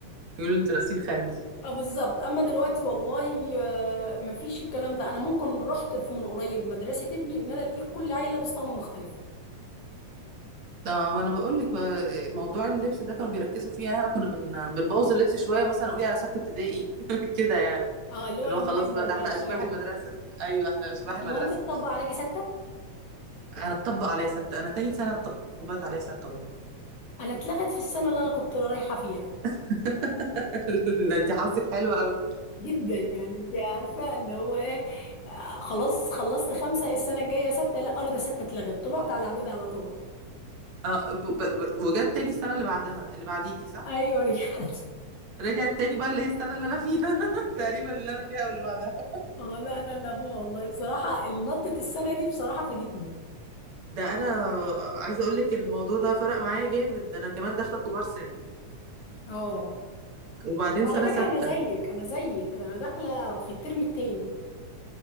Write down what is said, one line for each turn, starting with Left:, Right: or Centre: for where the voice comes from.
Right: يقولوا انتوا لابسين خارجي
Left: اه بالظبط اما دلوقتي والله آه، مفيش الكلام ده انا ممكن رحت في من قريب مدرسه ابني ان انا الاقيك كل عيله لابس طقم مختلف
Right: ده ما انا بقول لك بقى، موضوع اللبس ده كانوا بيركزوا فيه يعني احنا كنا بن... بنبوظ اللبس شويه مثلا قولي على سته ابتدائي <laughs> كده يعني
Left: اه اللي هو
Right: اللي
Left: لما
Right: هو خلاص
Left: نكبر
Right: بقى ده
Left: بقى
Right: احنا
Left: شويه
Right: اشباح المدرسه ايوه احنا اشباح المدرسه
Left: هو انت تطبق عليكي سته
Right: انا اتطبق عليا سته انا تاني سنه اتطبقت عليا سته والله
Left: انا اتلغت في السنه اللي انا كنت رايحه فيها
Right: <laughs> لا، انت حظك حلو قوي
Left: جدا يعني انت عارفه اللي هو ايه آه، خلاص خلصت خمسه السنه الجايه سته لا قالوا ده سته اتلغت طلعت على اعدادي على طول
Right: اه ب... ب... وجت تاني السنه اللي بعدها اللي بعديكي صح
Left: <laughs> ايوه رجعت
Right: رجعت تاني بقى اللي هي السنه اللي انا فيها <laughs> تقريبا اللي انا فيها واللي بعدها
Left: اه لا انا لا هو والله بصراحه نطه السنه دي بصراحه فادتني
Right: ده انا عايزه اقول لك الموضوع ده فرق معايا جامد ده انا كمان داخله كبار سن
Left: اه
Right: وبعدين سنه
Left: على
Right: سته
Left: فكره انا زيك انا زيك انا داخله في الترم التاني